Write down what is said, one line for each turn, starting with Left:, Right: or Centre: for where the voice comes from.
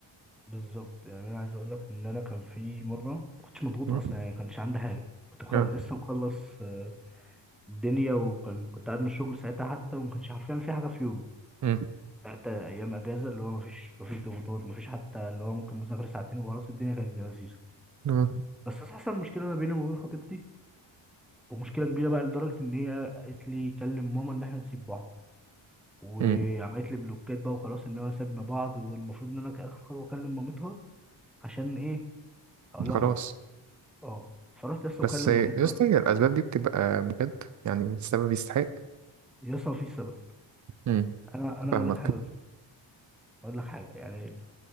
Centre: بالظبط يعني انا عايز اقول لك ان انا كان في مره ما كنتش مضغوط
Right: م?
Centre: اصلا يعني ما كانش عندي حاجه كنت مخلص
Right: آه.
Centre: لسه مخلص آه، الدنيا وكان كنت قاعد من الشغل ساعتها حتى وما كانش عارفين في حاجه في يومي
Right: م.
Centre: حتى ايام اجازه اللي هو ما فيش ما فيش ضغوطات ما فيش حتى اللي هو ممكن مذاكره ساعتين وخلاص الدنيا كانت لذيذه
Right: آه.
Centre: بس حصل مشكله ما بيني وما بين خطيبتي ومشكله كبيره بقى لدرجه ان هي قالت لي كلم ماما ان احنا نسيب بعض وعملت
Right: م.
Centre: لي بلوكات بقى وخلاص ان هو سابنا بعض والمفروض ان انا كاخر خطوه اكلم مامتها عشان ايه اقول لها
Right: خلاص
Centre: خلاص اه فرحت لسه
Right: بس
Centre: مكلم
Right: يا
Centre: مامتها
Right: اسطى هي الأسباب دي بتبقى بجد يعني السبب يستحق
Centre: لسه مفيش سبب
Right: امم
Centre: انا انا
Right: فاهمك
Centre: اقول لك حاجه بس اقول لك حاجه يعني